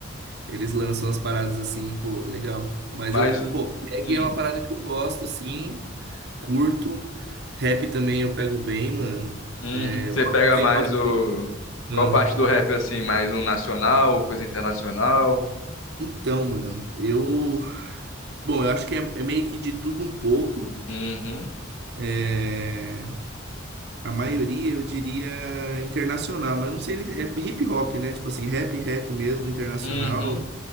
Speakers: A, on the right; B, on the left.
A: Eles lançam as paradas assim, pô, legal. Mas
B: Mas
A: eu, pô, reggae
B: Hum.
A: é uma parada que eu gosto, assim, curto. Rap também eu pego bem, mano.
B: Uhum. Você pega
A: Você
B: mais
A: gosta?
B: o. Qual
A: Ah.
B: parte do rap assim? Mais um nacional, coisa internacional?
A: Então, mano, eu. Bom, eu acho que é, é meio que de tudo um pouco.
B: Uhum.
A: É, A maioria eu diria internacional, mas não sei, nem- é hip hop, né? Tipo assim, rap, rap mesmo, internacional.
B: Uhum.